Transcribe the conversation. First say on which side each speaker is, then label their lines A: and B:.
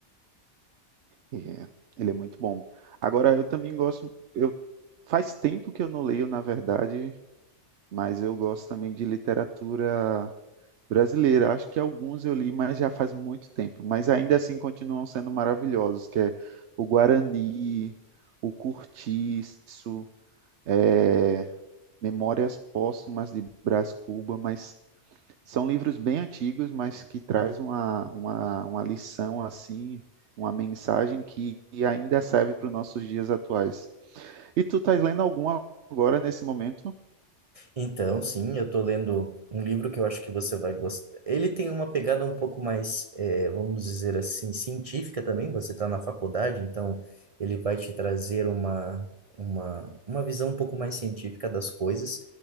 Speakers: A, on the right (about 70°); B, on the right (about 40°).
A: É, ele é muito bom. Agora, eu também gosto. Eu faz tempo que eu não leio, na verdade, mas eu gosto também de literatura brasileira. Acho que alguns eu li, mas já faz muito tempo. Mas ainda assim continuam sendo maravilhosos, que é o Guarani, o Cortiço, é, Memórias Póstumas de Brás Cuba, mas são livros bem antigos, mas que traz uma, uma, uma lição assim, uma mensagem que, ainda serve para os nossos dias atuais. E tu tá lendo algum agora nesse momento
B: Então, sim, eu estou lendo um livro que eu acho que você vai gostar. Ele tem uma pegada um pouco mais, eh, vamos dizer assim, científica também. Você está na faculdade, então ele vai te trazer uma, uma, uma visão um pouco mais científica das coisas.